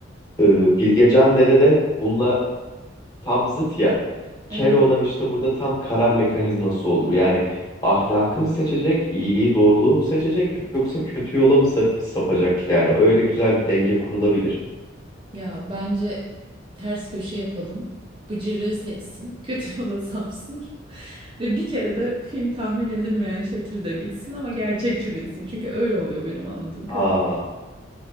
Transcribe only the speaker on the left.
e, Bilgecan Dede de bununla tam zıt ya.
olan işte burada tam karar mekanizması olur. Yani ahlakı mı seçecek, iyiliği, doğruluğu mu seçecek yoksa kötü yola mı sap- sapacak yani. Öyle güzel bir denge kurulabilir.
Aa,